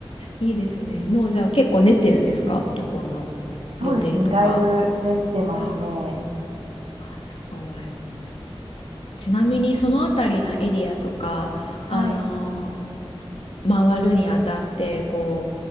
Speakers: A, on the left; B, on the right.
A: いいですね。もうじゃあ結構練ってるんですか旅行の
B: そうですね、
A: 予定とか。
B: だいぶ練ってますね。
A: あーすごい。ちなみにそのあたりのエリアとか、
B: はい。
A: あのー回るにあたって、こ